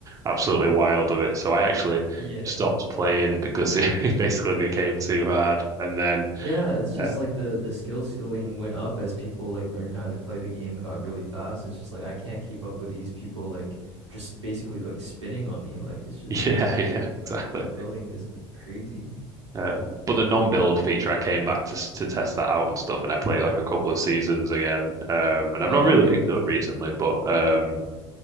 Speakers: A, on the right; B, on the right.
A: absolutely wild with it. So I actually
B: Yeah.
A: stopped playing because <laughs> it basically became too hard, and then.
B: Yeah, it's just
A: um,
B: like the the skill ceiling went up as people like learned how to play the game and got really fast. It's just like I can't keep up with these people like just basically like spinning on me. Like it's just
A: <laughs> Yeah, yeah, exactly.
B: like building is like, crazy.
A: Um, but the non-build
B: Um,
A: feature, I came back to to test that out and stuff, and I played like a couple of seasons again. Um, and I've
B: oh,
A: not really
B: okay,
A: picked
B: that's
A: it up
B: cool.
A: recently, but um,